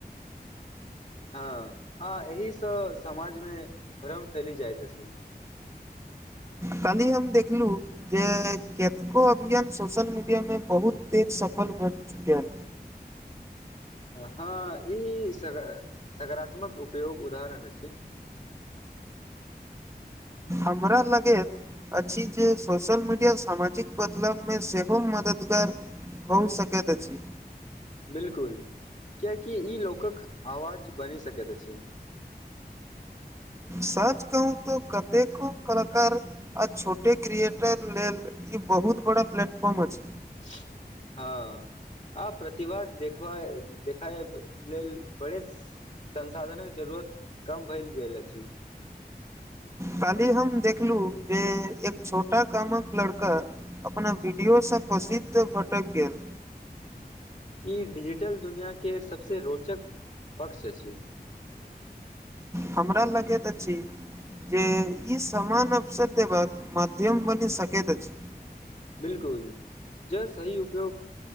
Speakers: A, on the left; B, on the right.
A: हँ आ एहिसँ समाजमे भ्रम फैल जाइत अछि।
B: काली हम देखलहुँ। जे कतको अभियान सोशल मीडिया मे बहुत तेज सफल भऽ गेल।
A: हँ ई स सकारात्मक उपयोग उदाहरण छी।
B: अमरााल लगेत अछि जे सोशल मीडिया सामाजिक बदलावमे सेहो मददगार बहु सकत अछी
A: बिल्कुल कियकि ई लोकक आवाज बनि सकैत अछि।
B: सच कहू तो कतेकेकू कलाक आ छोटे क्रिएटर लेल ई बहुत बड़ा प्लेटफॉर्म अछि।
A: <unintelligible> हँ आ प्रतिभा देखबै देखैब लेल बड़े स संसाधन कऽ जरूरत कम भेल गेल अछि।
B: काल्हि हम देखलू जे एक छोटा कामक लड़का अपना वीडियो से प्रसिद्ध भटक गेल
A: ई डिजिटल दुनिया केँ सब से रोचक पक्ष अछि।
B: हमरा लगैतत अछी जे ई समन अबसर देबक मध्यम बनी सकैत अछी
A: बिल्कुल जे सही उपयोग